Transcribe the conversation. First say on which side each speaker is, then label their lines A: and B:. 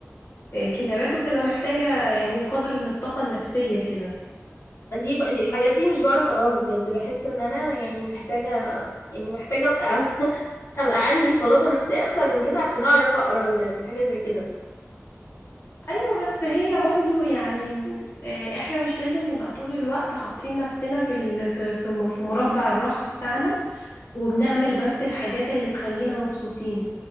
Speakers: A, on the left (about 50°); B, on the left (about 80°).
A: فكتاباته بتبقى محتاجة يعني قدر من الطاقة النفسية كده
B: دي بقى دي الحاجات دي مش بعرف أقراها بجد بحس إن أنا يعني محتاجة يعني محتاجة أبقى <laughs> أبقى عندي صلابة نفسية أكتر من كده عشان أعرف أقرأ ال- الحاجة زي كده
A: أيوة بس هي برضو يعني آه، احنا مش لازم نبقى طول الوقت حاطين نفسنا في ال- في في في مربع الراحة بتاعنا وبنعمل بس الحاجات اللي تخلينا مبسوطين